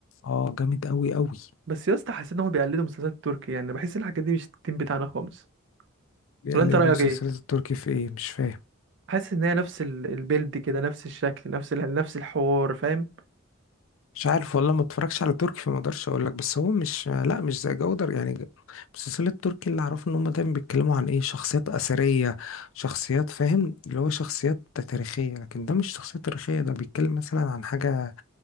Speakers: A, on the left; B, on the right.
A: اه جامد قوي قوي
B: بس يا اسطى حسيت انهم بيقلدوا مسلسلات تركي يعني بحس الحاجات دي مش التيم بتاعنا خالص
A: يعني
B: ولا انت رأيك
A: المسلسلات
B: ايه
A: التركي في ايه مش فاهم
B: حاسس ان هي نفس ال- البيلد كده نفس الشكل نفس ال- نفس الحوار فاهم
A: مش عارف والله ما اتفرجش على تركي فما اقدرش اقول لك بس هو مش لا مش زي جودر يعني ج- مسلسلات التركي اللي اعرفه ان هم دايما بيتكلموا عن ايه شخصيات اثريه شخصيات فاهم اللي هو شخصيات تاريخيه لكن ده مش شخصيه تاريخيه ده بيتكلم مثلا عن حاجه